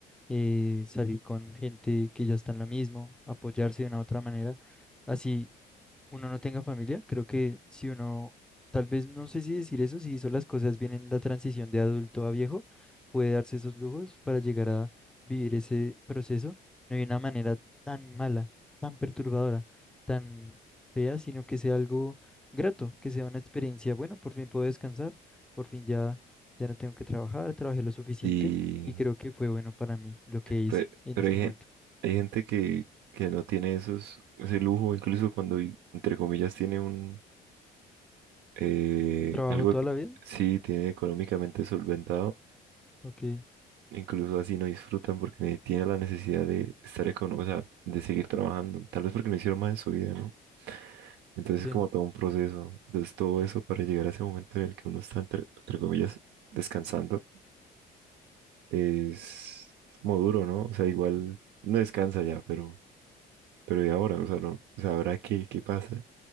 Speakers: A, in the centre; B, on the right.
A: eh, salir con gente que ya está en lo mismo, apoyarse de una u otra manera, así uno no tenga familia, creo que si uno, tal vez no sé si decir eso, si hizo las cosas bien en la transición de adulto a viejo, puede darse esos lujos para llegar a vivir ese proceso, no de una manera tan mala, tan perturbadora, tan fea, sino que sea algo grato, que sea una experiencia, bueno, por fin puedo descansar, por fin ya, ya no tengo que trabajar, trabajé lo suficiente
B: Sí,
A: y creo que fue bueno para mí lo que hice
B: pe-
A: en
B: pero,
A: este
B: hay, gen-
A: momento.
B: hay gente que, que no tiene esos, ese lujo, incluso cuando, y- entre comillas, tiene un, eh,
A: ¿Trabajo
B: algo,
A: toda
B: eco-
A: la vida?
B: sí, tiene económicamente solventado,
A: Ok,
B: incluso así no disfrutan porque tiene la necesidad de estar económico, o sea, de seguir trabajando, tal vez porque no hicieron más en su vida, ¿no? Entonces
A: sí,
B: es como todo un proceso. Entonces todo eso para llegar a ese momento en el que uno está, entre, entre comillas, descansando, es, es como duro, ¿no? O sea, igual no descansa ya, pero, pero ¿y ahora? O sea, no, o sea, ¿ahora qué, qué pasa?